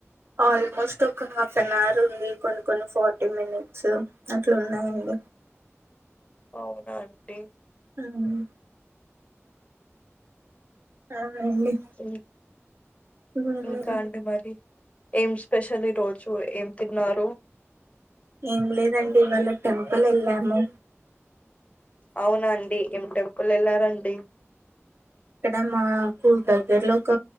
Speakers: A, on the right (about 55°); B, on the left (about 30°).
A: ఆల్మోస్ట్ ఒక హాఫ్ అన్ అవర్ ఉంది కొన్ని కొన్ని ఫార్టీ మినిట్స్ అట్లా ఉన్నాయండి
B: అవునా అండి
A: ఊమ్ అ అండి
B: ఇం-
A: మ్మ్
B: ఇంకా అండి మరి ఏం స్పెషల్ ఈ రోజు ఏం తిన్నారు
A: ఏం లేదండి ఇవాళ టెంపుల్ ఏళ్ళాము
B: అవునా అండి ఏం టెంపుల్ ఏళ్లారండి.
A: ఇక్కడ మాకు దగ్గర్లో ఒక